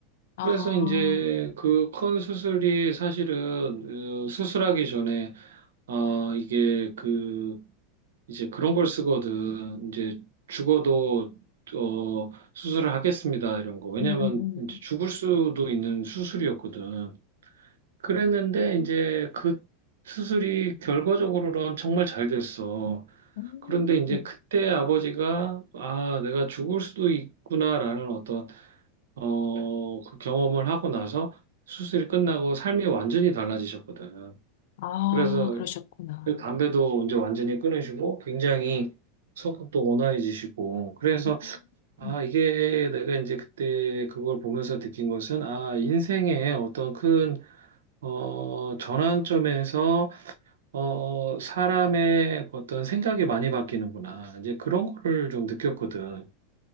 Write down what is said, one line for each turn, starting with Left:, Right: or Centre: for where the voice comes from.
Left: 아,
Right: 그래서 이제 그 큰 수술이 사실은 어, 수술하기 전에, 어, 이게 그 이제 그런 걸 쓰거든. 이제 죽어도 어, 수술을 하겠습니다. 이런 거. 왜냐면
Left: 음, 음,
Right: 이제 죽을 수도 있는 수술이었거든. 그랬는데 이제 그 수술이 결과적으로는 정말 잘 됐어.
Left: 음,
Right: 그런데 이제
Left: 음.
Right: 그때 아버지가 아, 내가 죽을 수도 있구나라는 어떤 어, 그 경험을 하고 나서 수술이 끝나고 삶이 완전히 달라지셨거든.
Left: 아,
Right: 그래서
Left: 그러셨구나.
Right: 그리고 담배도 이제 완전히 끊으시고 굉장히 성격도 온화해지시고 그래서
Left: 음,
Right: 아
Left: 음,
Right: 이게 내가 이제 그때 그걸 보면서 느낀 것은 아 인생의 어떤 큰 어, 전환점에서 어, 사람의 어떤 생각이 많이 바뀌는구나 이제 그런 거를 좀 느꼈거든.